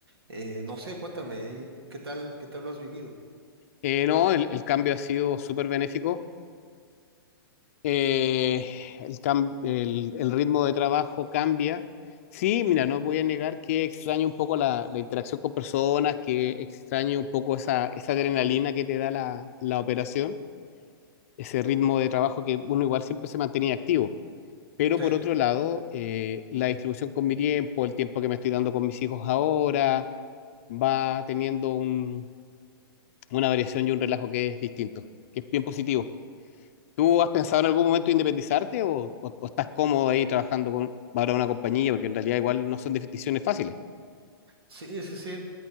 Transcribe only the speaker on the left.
Eh, no, el, el cambio ha sido súper benéfico. Eh, el, cam- el, el ritmo de trabajo cambia. Sí, mira, no voy a negar que extraño un poco la, la interacción con personas, que extraño un poco esa, esa adrenalina que te da la, la operación, ese ritmo de trabajo que uno igual siempre se mantenía activo. Pero
por otro lado, eh, la distribución con mi tiempo, el tiempo que me estoy dando con mis hijos ahora, va teniendo un- una variación y un relajo que es distinto, que es bien positivo. ¿Tú has pensado en algún momento independizarte o, o- o estás cómodo ahí trabajando con para una compañía? Porque en realidad igual no son decisiones fáciles.